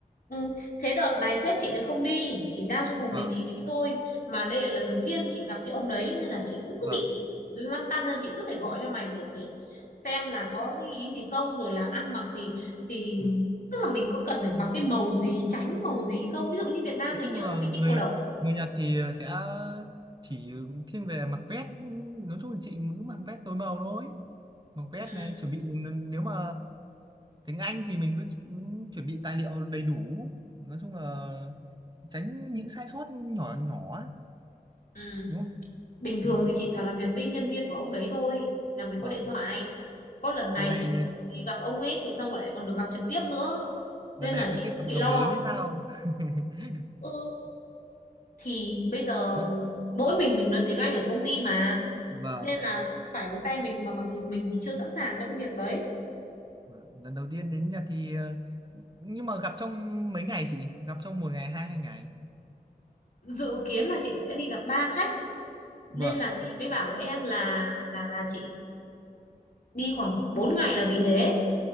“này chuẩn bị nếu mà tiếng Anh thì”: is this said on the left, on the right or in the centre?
Right